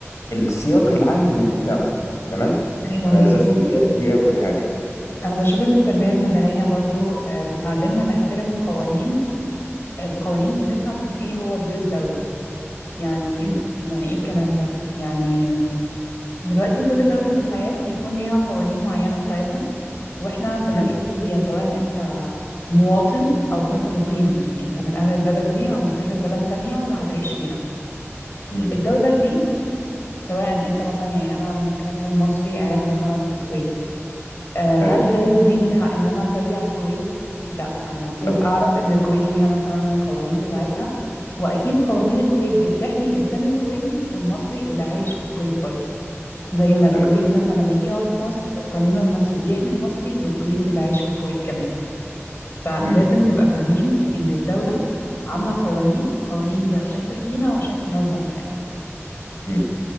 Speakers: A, on the left (about 85°); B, on the left (about 50°).
A: السياق العام للمجتمع تمام
B: ايوه
A: فبس
B: مظبوط
A: دي دي اول حاجه
B: انا بشوف ان التربيه المدنيه برضو آه، بتعلمنا نحترم قوانين القوانين ونفهم ايه هو دور الدوله يعني
A: امم
B: يعني ايه الكلام ده يعني دلوقتي كل دوله في الحياه بيكون ليها قوانين معينه بتاعتها واحنا بنلتزم
A: امم
B: بيها سواء انت مواطن او كنت مقيم يعني انت من اهل البلد دي او مسافر بلد تانية وهتعيش فيها
A: إمم.
B: الدوله دي سواء انت مثلا يعني انا ممكن اكون مصري قاعد مثلا في الكويت آه، هل
A: ايوه
B: ده يديني الحق ان انا اعتدي على الكويت لا انا المفروض
A: لا طب
B: اعرف ان الكويت ليها مثلا قوانين بتاعتها واكيد قوانين الكويت دي بتحمي الانسان الكويتي والمصري اللي عايش في الكويت برضه زي ما الكويتي
A: ايوه
B: مثلا لما يجي يقعد في مصر القانون المصري بيحمي المصري والكويتي اللي عايش في الكويت كمان فلازم
A: امم
B: نبقى فاهمين ان الدولة عاملة قوانين القوانين دي عشان تحمينا وعشان تنظم حياتنا
A: امم